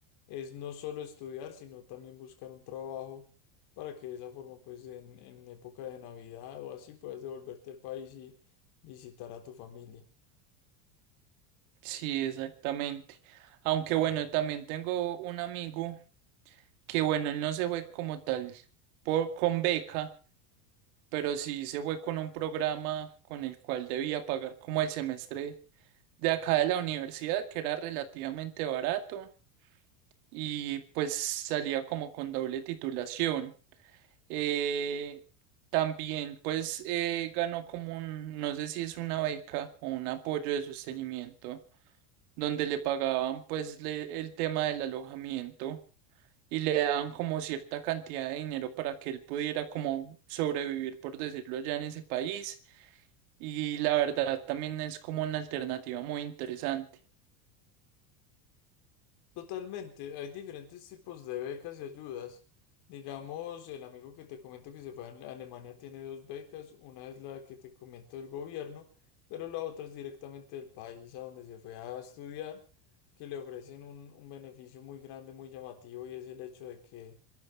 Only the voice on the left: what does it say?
es no solo estudiar, sino también buscar un trabajo para que de esa forma pues en, en época de Navidad o así puedas devolverte al país y visitar a tu familia.
Totalmente, hay diferentes tipos de becas y ayudas. Digamos, el amigo que te comento que se fue a Ale- Alemania tiene dos becas, una es la que te comento del gobierno, pero la otra es directamente del país a donde se fue a estudiar, que le ofrecen un, un beneficio muy grande, muy llamativo, y es el hecho de que